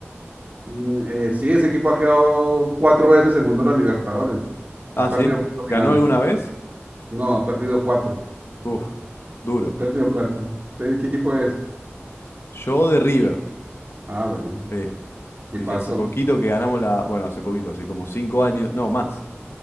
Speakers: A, on the right (about 40°); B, on the left (about 65°).
A: Mm, eh, sí, ese equipo ha quedado cuatro veces segundo en la Libertadores.
B: Ah,
A: Ha perdido
B: sí.
A: cuatro finales.
B: ¿Ganó alguna vez?
A: No, ha perdido cuatro.
B: Uf, duro.
A: Ha perdido cuatro. ¿Usted qué equipo es?
B: Yo de River.
A: Ah, bueno,
B: Sí,
A: y
B: sí,
A: pasó.
B: sí, hace poquito que ganamos la. Bueno, hace poquito, hace como cinco años. No, más.